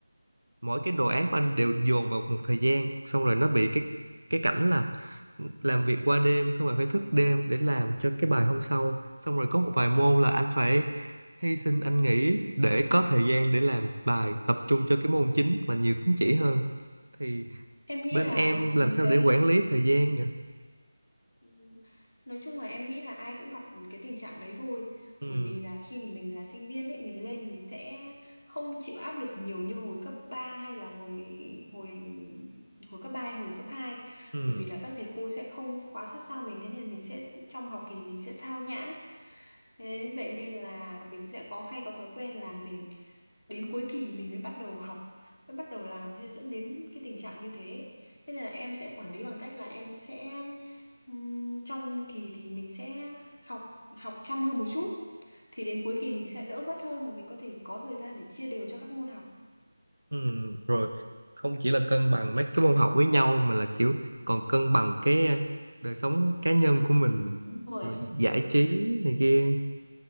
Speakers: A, on the right; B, on the left.
A: mỗi cái đồ án của anh đều dồn vào một thời gian xong rồi nó bị cái cái cảnh là làm việc qua đêm xong rồi phải thức đêm để làm cho cái bài hôm sau xong rồi có một vài môn là anh phải hy sinh anh nghỉ để có thời gian để làm bài tập trung cho cái môn chính mà nhiều tín chỉ hơn thì
B: em nghĩ
A: bên
B: là
A: em làm sao
B: cái
A: để quản lý thời gian nhỉ?
B: Ừm, Nói chung là em nghĩ là ai cũng gặp cái tình trạng đấy thôi
A: Ừ,
B: bởi vì là khi mà mình là sinh viên ấy mình lên mình sẽ không chịu áp lực nhiều như hồi cấp ba hay là hồi hồi hồi cấp 3 hay hồi cấp hai
A: ừ,
B: bởi vì là các thầy cô sẽ không quá sát sao mình thế nên mình sẽ trong học kỳ mình sẽ sao nhãng thế vậy nên là mình sẽ có hay có thói quen là mình đến cuối kỳ mình mới bắt đầu học mới bắt đầu làm thế dẫn đến cái tình trạng như thế thế nên là em sẽ quản lý bằng cách là em sẽ Ừm, trong kỳ thì mình sẽ học học chăm hơn một chút thì đến cuối kỳ mình sẽ đỡ vất hơn và mình có thể có thời gian để chia đều cho các môn học
A: ừ. Rồi không chỉ là cân bằng mấy cái môn học với nhau mà là kiểu còn cân bằng cái ờ, đời sống cá nhân của mình
B: Đúng rồi.
A: rồi
B: ạ.
A: giải trí này kia